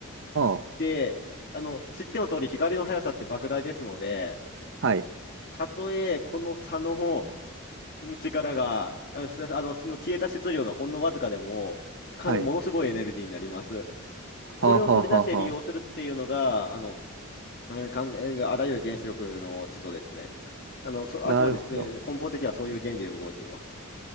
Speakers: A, on the right; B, on the left.
A: ー、
B: で、あの、知っての通り、光の速さって莫大ですので、
A: はい、
B: たとえこの差のうん力が、あすあの、その消えた質量がほんのわずかでも、かものすごいエネルギーになります。
A: はい、はあはあはあはあ
B: これを取り出して利用するっていうのが、あの、うん、かん、あらゆる原子力の基礎ですね。あの、そ、
A: なるほど。
B: あくまで、えー根本的にはそういう原理で動いています。